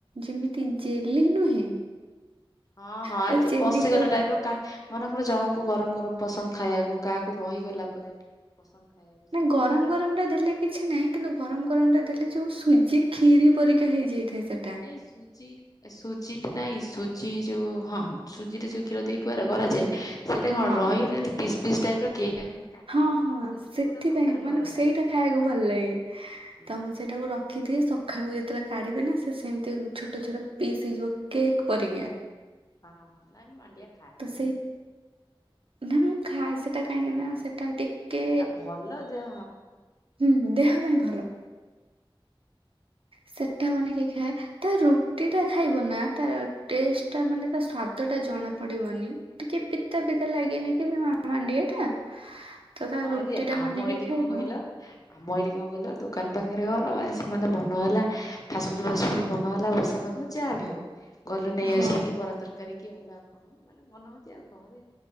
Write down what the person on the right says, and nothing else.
ଯେମିତି ଜେଲି ନୁହେଁ
ପୁରା
ଜେଲି
ପ
ନା
ଗରମ ଗରମ
ଟା ଦେଲେ କିଛି ନାହିଁ କିନ୍ତୁ ଗରମ ଗରମ ଟା ଦେଲେ ଯେଉଁ ସୁଜି ଖିରୀ ପରିକା ହେଇଯାଇଥାଏ ସେ
ହଁ
ହଁ ହଁ
ସେଥିପାଇଁ
ମାନେ
ସେଇଟା
ଖାଇବାକୁ ଭଲ ଲାଗେ
ତ ମୁ ସେ ତାକୁ ରଖିଦିଏ ସକାଳୁ ଯେତେବେଳେ କାଢିବେ ନା ସେମିତି ଛୋଟ ଛୋଟ ପିସ୍ ହେଇଯିବ କେକ୍ ପରିକା।
ତ ସେଇ ନା ମୁଁ ଖାଏ ସେଟା କାହିଁକି
ନା ସେଟା ଟିକେ
ହଁ ଦେହ ପାଇଁ
ଭଲ। ସେଟା ବନେଇକି ଖାଏ, ତା ରୁଟି ଟା ଖାଇବ ନା ତା ଟେଷ୍ଟଟା ମାନେ ତା ସ୍ଵାଦଟା ଜଣା ପଡିବନି। ଟିକେ ପିତା ପିତା ଲାଗେନି କି ମା ମାଣ୍ଡିଆ ଟା ତ ତା
ରୁଟି
ଟା
ବନେଇକି
ଖାଇବ
ହଁ